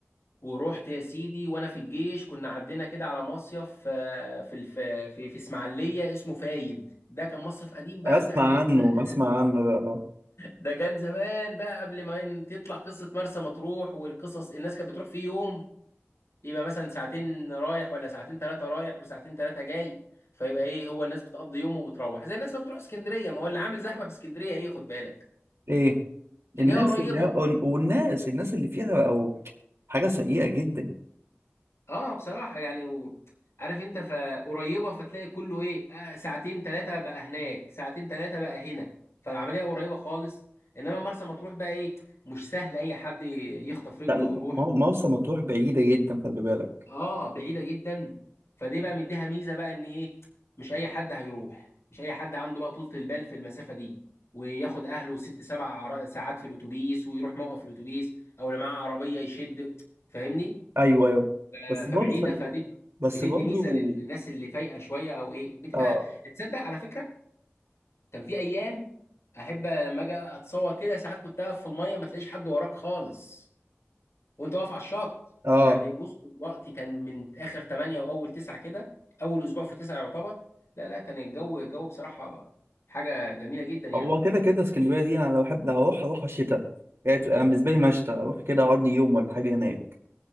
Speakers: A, on the left; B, on the right.
A: ورحت يا سيدي وانا في الجيش كنا عدينا كده على مصيف آه، في الف... في في اسماعيليه اسمه فايد ده كان مصيف قديم بقى
B: اسمع
A: بتاع الناس
B: عنه
A: زمان
B: اسمع عنه ده اه
A: ده كان زمان بقى قبل ما ين- تطلع قصه مرسى مطروح والقصص الناس كانت بتروح فيه يوم يبقى مثلا ساعتين رايح ولا ساعتين ثلاثه رايح وساعتين ثلاثه جاي فيبقى ايه هو الناس بتقضي يوم وبتروح زي الناس ما بتروح اسكندريه ما هو اللي عامل زحمه في اسكندريه ايه خد بالك
B: ايه
A: ان
B: الناس
A: هي قريبه
B: اللي هي والناس الناس اللي فيها او حاجه سيئه جدا
A: اه بصراحة يعني و... عارف انت فقريبة فتلاقي كله ايه آه ساعتين ثلاثة بقى هناك ساعتين ثلاثة بقى هنا فالعملية قريبة خالص انما مرسى مطروح بقى ايه مش سهل اي حد يخطف رجله
B: لا لا،
A: ويروح
B: ما هو ما هو مرسى مطروح بعيده جدا خلي بالك
A: اه بعيدة جدا فدي بقى مديها ميزة بقى ان ايه مش اي حد هيروح مش اي حد عنده بقى طولة البال في المسافة دي وياخد اهله ست سبع عر- ساعات في الاتوبيس ويروح موقف الاتوبيس او اللي معاه عربية يشد فاهمني
B: ايوه ايوه
A: آه،
B: بس
A: فبعيده
B: برضه خلي
A: فدي
B: بس
A: بتدي
B: برضه
A: ميزه للناس اللي فايقه شويه او ايه بتبقى
B: اه
A: تصدق على فكره كان في ايام احب لما اجي اتصور كده ساعات كنت اقف في الميه ما تلاقيش حد وراك خالص وانت واقف على الشط
B: اه
A: يعني بص وقتي كان من اخر 8 واول 9 كده اول اسبوع في 9 يعتبر لا لا كان الجو الجو بصراحه حاجه جميله جدا يعني
B: هو كده كده اسكندريه دي انا لو احب لو هروح هروح شتاء يعني تبقى أنا بالنسبه لي مشتى اروح كده اقعد لي يوم ولا حاجه هناك